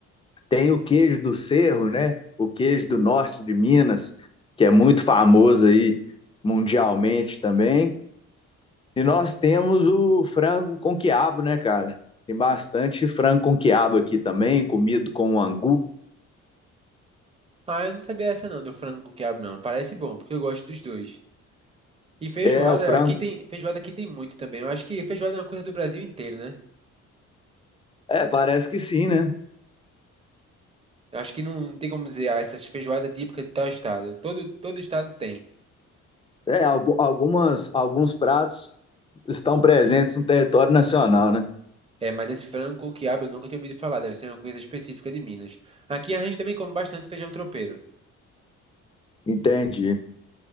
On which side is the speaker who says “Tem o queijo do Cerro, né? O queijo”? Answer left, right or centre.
Left